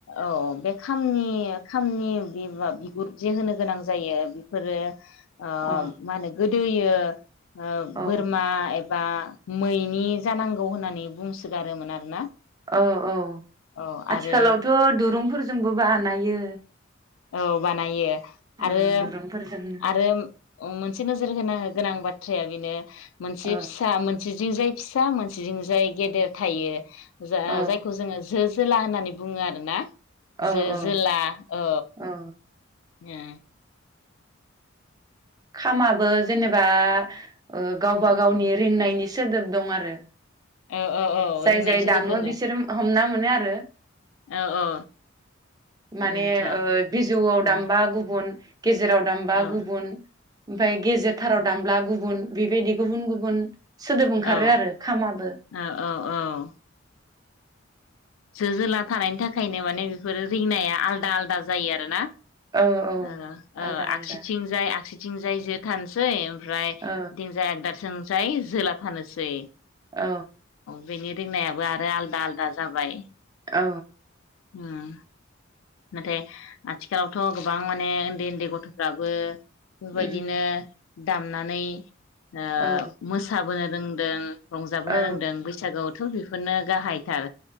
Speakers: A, on the left (about 70°); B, on the right (about 20°).
A: औ बे खामनि- खामनि बिब- बिगुर जे होनो गोनां जायो बेफोरो ओ
B: अ
A: मा होनो गोद दोयो ओ
B: औ
A: बोरमा एब बा मैनि जानांगौ होननानै बुंसोगारोमोन आरोना
B: ओ, औ
A: औ
B: आथिखालावथ'
A: आरो
B: दुरुंफोरजों जोंबो बानायो
A: औ बानायो
B: ओ
A: आरो -आरो
B: दुरुंफोरजोंनो
A: ओम मोनसे नोजोर होनो गोनां बाथ बाथ्राया बिनो। मोनसे
B: औ
A: फिसा मोनसे। जिंजाय फिसा मोनसे जिंजाय गेदेर थायो। जा
B: औ
A: जायखौ जोङो जोज। जोला होननानै बुङो आरो ना।
B: औ
A: जो
B: औ
A: जोला औ।
B: औ
A: ऐ।
B: खामाबो जेनेबा। ओ गावबा
A: औ
B: गावनि रिंनायनि। सोदोब दं आरो।
A: औ औ औ
B: जाय
A: रिंनायनि
B: जाय
A: सोदोब
B: दामो
A: दोङो
B: बिसोर ओम हमना। मोनो आरो।
A: औ औ
B: माने
A: बेनोथ'
B: ओ बिजौआव
A: उम
B: दामबा गुबुन। गेजेराव दामबा
A: औ
B: गुबुन ओमफाय गेजेरथाराव दामब्ला गुब गुबुन बेबायदि गुबुन गुबुन। सोदोब ओंखारो
A: औ
B: आरो खामाबो।
A: औ औ औ। जो जोला थानायनि थाखायनो माने बेफोर रिंनाया आलदा- आलदा जायो आरो। ना
B: औ औ
A: ओ-ओ
B: आलदा आलदा
A: आगसिथिं जाय आगसि थिं जाय जो थानोसै ओमफ ओमफ्राय
B: औ
A: दिंजाय आगदाजों जाय जोला फानोसै।
B: औ।
A: बेनि रिंनायाबो आरो आलदा-आलदा जाबाय।
B: औ।
A: होम। नाथाय आथिखालावथ गोबां माने ओन्दै-ओन्दै गथफ्राबो। बेबायदिनो।
B: उम
A: दामनानै। ओ
B: औ
A: मोसाबोनो रोंदों। रंजाबोनो
B: औ
A: रोंदों बैसागुआव थौ बेफोरनो गाहायथार।